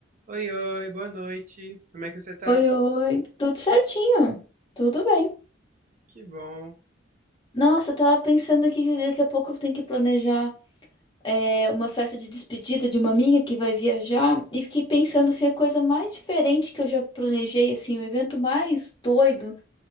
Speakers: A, on the right; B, on the left.
A: Oi, oi, boa noite. Como é que você tá?
B: Oi, oi. Tudo certinho. Tudo bem.
A: Que bom.
B: Nossa, eu tava pensando aqui que daqui a pouco eu tenho que planejar é, uma festa de despedida de uma amiga que vai viajar. E fiquei pensando assim, a coisa mais diferente que eu já planejei, assim, o evento mais doido.